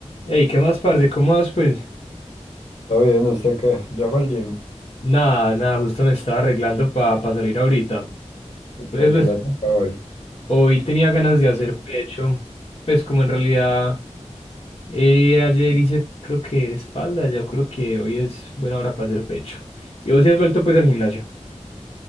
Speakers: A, on the left; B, on the left.
A: Ey, ¿qué más, parce? ¿Cómo vas, pues?
B: Todo bien, ¿usted qué? Yo fui al gym
A: Nada, nada, justo me estaba arreglando para salir ahorita.
B: y
A: Pues,
B: que,
A: pues,
B: que le toca hoy.
A: hoy tenía ganas de hacer pecho. Pues, como en realidad, eh, ayer hice, creo que espalda, yo creo que hoy es buena hora para hacer pecho. ¿Y vos sí has vuelto, pues, al gimnasio?